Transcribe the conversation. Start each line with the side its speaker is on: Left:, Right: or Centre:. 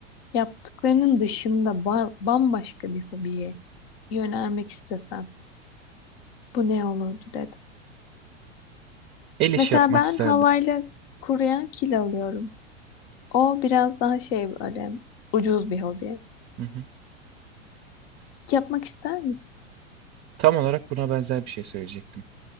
Left: Yaptıklarının dışında ba- bambaşka bir hobiye yönelmek istesen bu ne olurdu dedim.
Right: El işi
Left: Mesela
Right: yapmak
Left: ben
Right: isterdim.
Left: havayla kuruyan kil alıyorum. O biraz daha şey böyle ucuz bir hobi.
Right: Hı hı.
Left: Yapmak ister misin?
Right: Tam olarak buna benzer bir şey söyleyecektim.